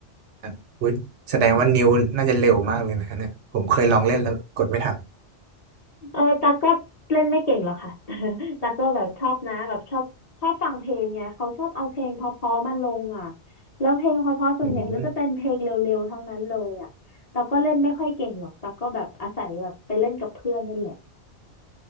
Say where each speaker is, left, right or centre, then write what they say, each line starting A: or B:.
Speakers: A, on the right (about 75°); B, on the left (about 40°).
A: ครับอุ๊ยแสดงว่านิ้วน่าจะเร็วมากเลยนะเนี่ยผมเคยลองเล่นแล้วกดไม่ทัน
B: เออตักก็เล่นไม่เก่งหรอกค่ะ <laughs> ตักก็แบบชอบนะแบบชอบชอบฟังเพลงไงเขาชอบเอาเพลงเพราะๆมาลงอ่ะแล้วเพลงเพราะๆส่วนใหญ่ก็จะเป็นเพลงเร็วๆทั้งนั้นเลยอ่ะตักก็เล่นไม่ค่อยเก่งหรอกตักก็แบบอาศัยแบบไปเล่นกับเพื่อนนั่นแหละ
A: อืม